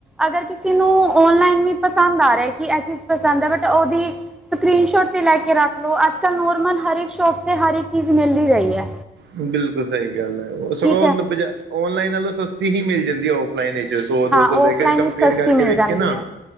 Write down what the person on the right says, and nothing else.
ਬਿਲਕੁਲ ਸਹੀ ਗੱਲ ਹੈ ਉਹ ਸਗੋਂ
ਔਨਲਾਈਨ ਨਾਲੋਂ ਸਸਤੀ ਹੀ ਮਿਲ ਜਾਂਦੀ ਉਹ ਨਹੀਂ ਨਹੀਂ ਜੀ ਸੋ ਦੋ
ਸੋ ਦੇ
ਕੇ ਕੰਪੇਅਰ
ਕਰਕੇ
ਵੇਖੀਏ
ਨਾ